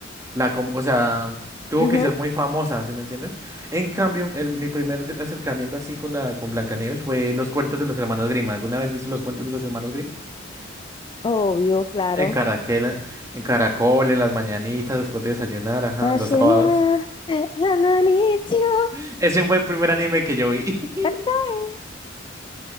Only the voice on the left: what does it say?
Ujú.
Obvio, claro.
Así
no, Hananichio,
Atae,